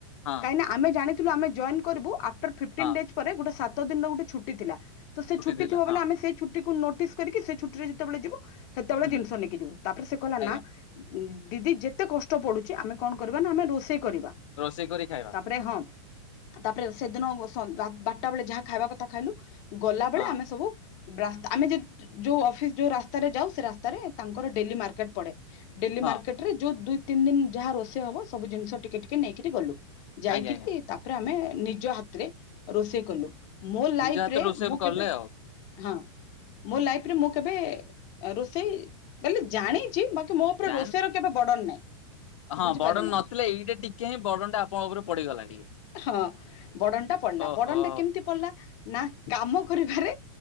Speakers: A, on the left (about 80°); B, on the left (about 25°).
A: ହଁ।
B: ନାଁ ଆମେ ଜାଣିଥିଲୁ ଆମେ ଜଏନ୍ କରିବୁ ଆ ଆଫ୍ଟର୍ ଫିଫ୍ଟିନ୍
A: ହଁ
B: ଡେଜ୍ ପରେ ଗୋଟେ ସାତ ଦିନର ଗୋଟେ ଛୁଟି ଥିଲା ତ ସେ ଛୁଟି
A: ଥିଲା
B: ଥିବାବେଳେ
A: ହଁ
B: ଆମେ ସେ ଛୁଟିକୁ ନୋଟିସ୍ କରିକି ସେ ଛୁଟିରେ ଯେତେବେଳେ ଯିବୁ ସେତେବେଳେ
A: ହୁଁ
B: ଜିନିଷ ନେଇକି ଯିବୁ ତାପରେ ସେ କହିଲ
A: ଆଜ୍ଞା
B: ନା ଦିଦି ଯେତେ କଷ୍ଟ ପଡ଼ୁଛି ଆମେ କଣ କରିବା ନା ଆମେ ରୋଷେଇ କରିବା
A: ରୋଷେଇ କରି ଖାଇବା।
B: ତାପରେ ହଁ ତାପରେ ସେଦିନ ଶ୍ ବା ବାରଟା ବେଳେ ଯାହା ଖାଇବା କଥା ଖାଇଲୁ ଗଲାବେଳେ
A: ହଁ
B: ଆମେ ସବୁ ରାସ୍ତା ଆମେ ଜିତ୍ ଯୋଉ ଅଫିସ ଯୋଉ ରାସ୍ତାରେ ଯାଉ ସେ ରାସ୍ତାରେ ତାଙ୍କର ଡେଲି ମାର୍କେଟ ପଡ଼େ। ଡେଲି
A: ହଁ
B: ମାର୍କେଟ ରେ ଯୋଉ ଦୁଇ ତିନି ଦିନ ଯାହା ରୋଷେଇ ହବ ସବୁ ଜିନିଷ ଟିକେ ଟିକେ ନେଇକିରି ଗଲୁ। ଯାଇକିରି
A: ଆଜ୍ଞା ଆଜ୍ଞା
B: ତାପରେ ଆମେ ନିଜ ହାତରେ ରୋଷେଇ କଲୁ। ମୋ ଲାଇଫ
A: ନିଜ ହାତରେ
B: ରେ
A: ରୋଷେଇ
B: ମୁଁ
A: କଲେ
B: କେବେ
A: ଆଉ
B: ହଁ ମୋ ଲାଇଫ ରେ ମୁଁ କେବେ ଏ ରୋଷେଇ ବୋଲି ଜାଣିଛି ଚି ବାକି ମୋ ଉପରେ
A: ଜାଣି
B: ରୋଷେଇ ର କେବେ ବର୍ଡ଼ନ୍ ନାହିଁ।
A: ହଁ
B: ବୁଝିପାରିଲେ
A: ବର୍ଡ଼ନ୍
B: ନା
A: ନଥିଲା ଏଇଟା ଟିକେ ହିଁ ବର୍ଡ଼ନ୍ ଟା ଆପଣଙ୍କ ଉପରେ ପଡ଼ିଗଲା ଟିକେ।
B: ହଁ ବର୍ଡ଼ନ୍ ଟା ପଡିଲା
A: ଓହୋ
B: ବର୍ଡ଼ନ୍ ଟା କେମିତି ପଡିଲା? ନା କାମ କରିବାରେ